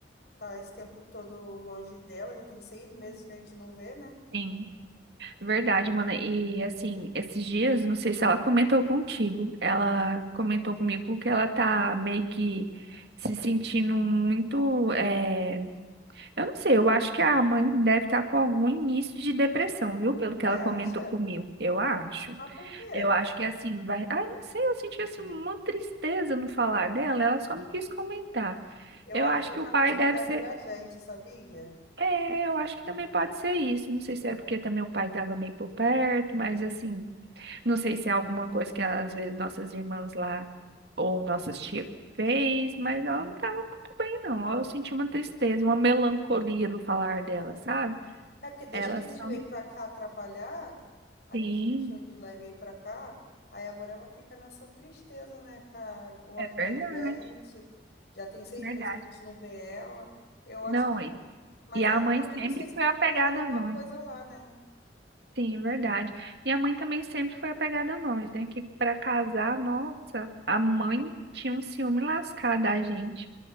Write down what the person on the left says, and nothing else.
tá esse tempo todo longe dela, já tem seis meses que a gente não vê, né?
Você
acha?
Mas por quê?
Eu
acho
que ela
tá
com saudade
da gente, sabia?
É porque desde
que a
gente veio pra cá trabalhar, a
gente deixou eles lá e veio pra cá, aí agora ela fica nessa tristeza, né? Tá longe
da gente. Já tem seis
meses que a gente não vê ela. Eu acho
que. Mas
aí
eu também
não sei se
tá
acontecendo alguma
coisa lá, né?